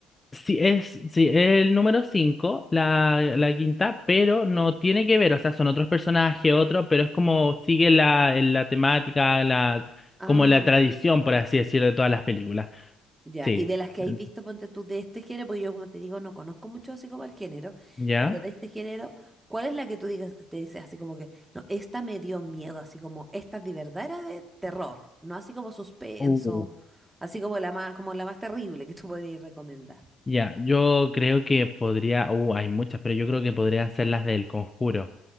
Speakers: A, on the left (about 25°); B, on the right (about 15°).
A: Sí, es, sí, es el número 5 la, la quinta, pero no tiene que ver, o sea, son otros personajes, otros, pero es como sigue la, la temática, la,
B: Ah,
A: como la tradición,
B: ok.
A: por así decirlo, de todas las películas.
B: Ya,
A: Sí,
B: y de las que
A: Ent-
B: hay visto, ponte tú de este género, porque yo como te digo, no conozco mucho así como el género,
A: ¿ya?
B: pero de este género, ¿cuál es la que tú digas, te dices así como que, no, esta me dio miedo, así como, esta de verdad era de terror, no así como suspenso,
A: Uh.
B: así como la más, como la más terrible que tú podrías recomendar?
A: Ya, yo creo que podría, uh, hay muchas, pero yo creo que podrían ser las del Conjuro.